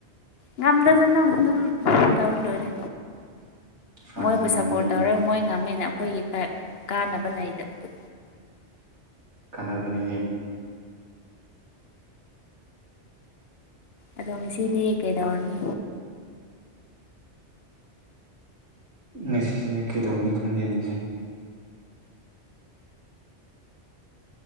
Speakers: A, on the left (about 60°); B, on the right (about 80°).
A: ꯉꯝꯗꯖꯅꯨ ꯑꯗꯨꯝ ꯇꯧꯔ ꯂꯣꯏꯔꯦ
B: ꯐ꯭ꯔꯥꯟꯁꯅ
A: ꯃꯣꯏꯕꯨ
B: ꯉꯝꯅꯤ
A: ꯁꯄꯣꯔꯠ
B: ꯌꯦꯡꯉꯣ
A: ꯇꯧꯔ ꯃꯣꯏ ꯉꯝꯃꯦ ꯅ ꯑꯩꯈꯣꯏꯒꯤ ꯀꯥꯟ ꯀꯥꯅꯕ ꯂꯩꯇꯕꯗꯨ
B: ꯀꯅꯥꯕꯅꯤꯍꯦ
A: ꯑꯗꯣ ꯉꯁꯤꯗꯤ ꯀꯩꯗꯧꯔꯅꯤ
B: ꯉꯁꯤ ꯀꯗꯧꯅꯤ ꯈꯪꯗꯦ ꯅꯤꯁꯤꯡ